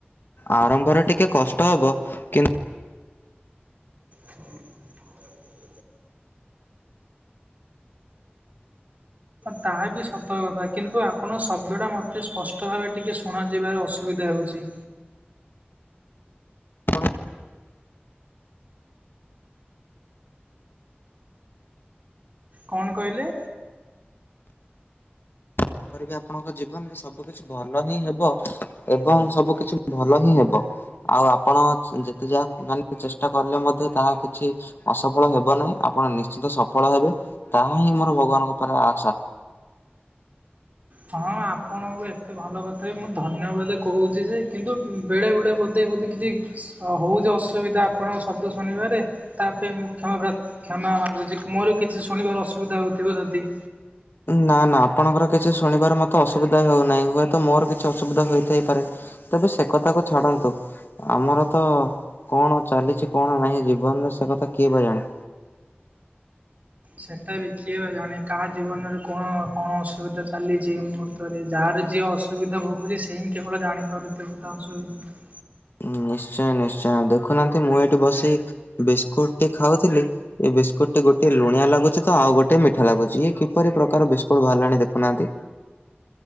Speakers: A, on the left; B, on the right.
A: ଆରମ୍ଭରେ ଟିକେ କଷ୍ଟ ହେବ କିନ୍ତୁ
B: <unintelligible> ତାହା ବି ସତ କଥା କିନ୍ତୁ ଆପଣ ଶବ୍ଦଟା ମୋତେ ସ୍ପଷ୍ଟ ଭାବେ ଟିକେ ଶୁଣ ଯିବାର ଅସୁବିଧା ହେଉଛି
A: <inaudible>
B: କଣ କହିଲେ
A: ସେପ ବି ଆପଣଙ୍କ ଜୀବନରେ ସବୁ କିଛି ଭଲ ହିଁ ହେବ ଏବଂ ସବୁ କିଛି ଭଲ ହିଁ ହେବ ଆଉ ଆପଣ ଯେତେ ଯାହା ମାନେ ଚେଷ୍ଟା କଲେ ମଧ୍ୟ ତାହା କିଛି ଅସଫଳ ହେବ ନାହିଁ ଆପଣ ନିଶ୍ଚିତ ସଫଳ ହେବେ ତାହା ହିଁ ମୋର ଭଗବାନଙ୍କ ଉପ ଆଶା
B: ହଁ ଆପଣଙ୍କୁ ଏତେ ଭଲ କଥା ବି ମୁଁ ଧନ୍ୟବାଦ କହୁଛି ଯେ କିନ୍ତୁ ବେଳେ ବେଳେ ବୋଧେ ବୋଧେ କିଛି ହେଉଛି ଅସୁବିଧା ଆପଣଙ୍କ ଶବ୍ଦ ଶୁଣିବାରେ ତା ପାଇଁ ମୁଁ କ୍ଷମା କ୍ଷମା ମାଗୁଛି ମୋର କିଛି ଶୁଣିବାର ଅସୁବିଧା ହେଉଥିବ ଯଦି
A: ନା ନା ଆପଣଙ୍କର କିଛି ଶୁଣିବାରେ ମତେ ଅସୁବିଧା ହଉନାହିଁ ହୁଏତ ମୋର କିଛି ଅସୁବିଧା ହେଥାଇପାରେ ତେବେ ସେ କଥାକୁ ଛାଡନ୍ତୁ ଆମର ତ କଣ ଚାଲିଛି କଣ ନାହିଁ ଜୀବନରେ ସେ କଥା କିଏ ବା ଜାଣେ
B: ସେଇଟା ବି କିଏ ବା ଜାଣେ କାହା ଜୀବନରେ କଣ କଣ ଅସୁବିଧା ଚାଲିଛି ମୁହୂର୍ତ୍ତରେ ଯାହାର ଯିଏ ଅସୁବିଧା ଭୋଗୁଛି ସେ ହିଁ କେବଳ ଜାଣିପାରୁଥିବ ତା ଅସୁବିଧା
A: ନିଶ୍ଚୟ ନିଶ୍ଚୟ ଦେଖୁନାହାନ୍ତି ମୁଁ ଏଇଠି ବସି ବିସ୍କୁଟ ଟି ଖାଉଥିଲି ଏ ବିସ୍କୁଟ ଟି ଗୋଟେ ଲୁଣିଆ ଲାଗୁଛି ତ ଆଉ ଗୋଟେ ମିଠା ଲାଗୁଛି ଇଏ କିପରି ପ୍ରକାର ବିସ୍କୁଟ ବାହାରିଲାଣି ଦେଖୁନାହାନ୍ତି।